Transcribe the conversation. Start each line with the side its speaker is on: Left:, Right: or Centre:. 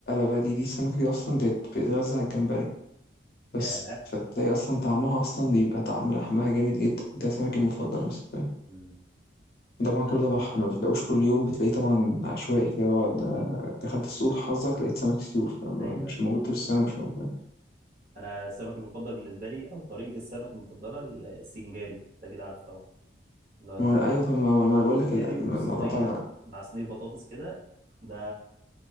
Left: بقى دي دي السمكة دي أصلا بت- بتتغذى على الجمبري بس
Right: ياه
Left: فتلاقي أصلا طعمها أصلا بيبقى طعم لحمها جامد جدا ده سمكي المفضل مثلا
Right: امم
Left: طبعا
Right: انا
Left: كل
Right: قبل
Left: ده بحر
Right: كده-
Left: ما بتلاقوش كل يوم بتلاقيه طبعا عشوائي كده بعد ما دخلت السوق حظك لقيت سمك سيوف أما
Right: ايوه
Left: مش
Right: ايوه
Left: موجود طول السنة مش موجود
Right: انا السمك المفضل بالنسبه لي او طريقه السمك المفضله السنجاري انت اكيد عارفه طبعا اللي هو
Left: ما هو أنا- أيوة طبعا ما ما أنا بقول لك
Right: السنجاري
Left: ال-
Right: وصينيه
Left: الموضوع ده
Right: مع صينيه بطاطس كده ده